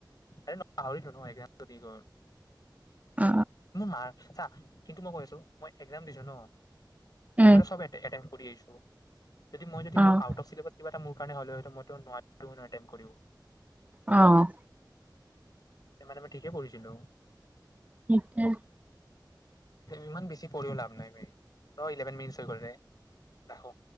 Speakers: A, on the left (about 55°); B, on the right (about 20°).
A: হে ন পাহৰিলোঁ নো একজাম দি হৈ।
B: অ
A: মাৰ্ক্স চা। কিন্তু মই কৈ আছো মই একজাম দিছো ন
B: উম
A: মইটো চব এতেন কৰি আহিছো। যদি মই যদি
B: অ',
A: মোৰ আউট অফ চেলিভাৰছ কিবা মোৰ কাৰণে হ'লেও মইটো নোৱাৰিলে ন এতেন কৰিব।
B: অ'
A: মানে মই ঠিকেই পঢ়িছিলো?
B: শিকে
A: ইমান বেছি পঢ়িও লাভ নাই মেইন ইলেভেন মিনিটচ হৈ গল ৰে ৰাখোঁ।